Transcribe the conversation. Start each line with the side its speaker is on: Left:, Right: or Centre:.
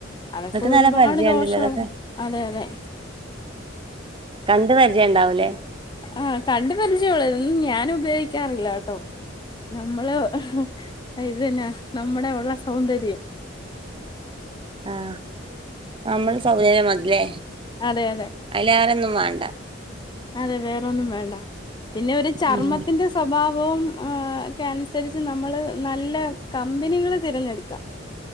Left: അതൊക്കെ
Right: ഇങ്ങക്ക്
Left: ഒരുപാട്
Right: നല്ല പരിചയണ്ടല്ലോ
Left: ദോഷോണ്
Right: ഇതൊക്കെ
Left: അതെ അതെ
Right: കണ്ട് പരിചയം ഇണ്ടാവൂലേ
Left: ആഹ് കണ്ടു പരിചയൊള്ളു ഇതൊന്നും ഞാൻ ഉപയോഗിക്കാറില്ല കേട്ടോ നമ്മള് ആഹ് ഇതെന്ന നമ്മുടെ ഒള്ള സൗന്ദര്യം
Right: ആഹ് നമ്മളെ സൗന്ദര്യം മതില്ലേ
Left: അതെ അതെ
Right: അതിലേറൊന്നും വാണ്ട
Left: അതെ വേറൊന്നും വേണ്ട പിന്നെ ഒരു ചർമ്മത്തിന്റെ
Right: ഉം
Left: സ്‌ സ്വഭാവവും ആ ഒക്കെയനുസരിച്ച് നമ്മള് നല്ല കമ്പനികള് തിരഞ്ഞെടുക്ക